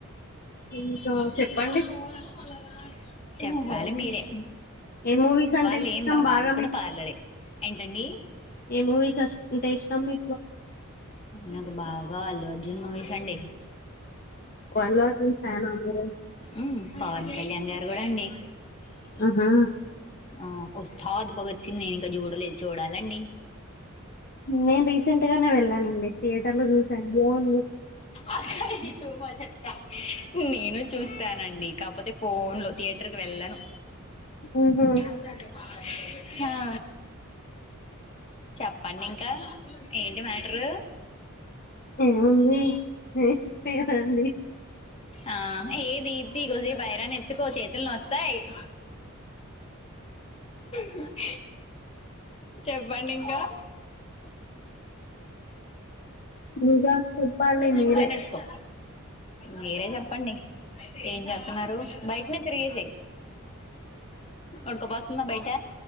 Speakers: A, on the left; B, on the left.
A: ఇంకా
B: పంపించి
A: చెప్పండి
B: పోదాము మళ్ళా చెప్పాలి మీరే
A: ఏ మూవీస్ అంటే
B: వాళ్ళు
A: ఇష్టం
B: ఏం వాళ్ళు
A: బాగా
B: కూడా పార్లరే ఏంటండి
A: ఏ మూవీస్ <unintelligible> తమ్మీ
B: నాకు బాగా అల్లు అర్జ్ జన్మ మూవీస్ అండి
A: అల్లు అర్జున్ ఫ్యాన్ ఆ మీరు అం
B: ఉమ్ పవన్ కళ్యాణ్ గారు కూడా అండి
A: ఆహా
B: ఆ ఉస్తాద్ భగత్ సింగ్ నేను ఇంకా చూడలేదు చూడాలా అండి
A: నేను రీసెంట్ గానే వెళ్వానండి థియేటర్ లో చూసాను బాగుంది
B: అక్క ఇది టూ మచ్ అక్కా నేను చూస్తానండి కాకపోతే ఫోన్ లో థియేటర్ కి వెళ్ళను
A: ఉహు
B: నాగురా కె బహార్ హె హా చెప్పండి ఇంక ఏంటి మ్యాటర్
A: ఏముంది హె లేదండి
B: ఆ ఏ దీప్తి కొద్ది సే బైరాన్ని ఎత్తుకో చేతుల నొస్తాయి <inaudible> విష్ చెప్పండి ఇంక <inaudible>
A: ఇంకా చెప్పాలి
B: ఎహ్
A: మీరే
B: ఎహ్ హ్ మీరే చెప్పండి ఏం చేస్తున్నారు బయటనే తిరగేసై ఉడకపోస్తుందా బయట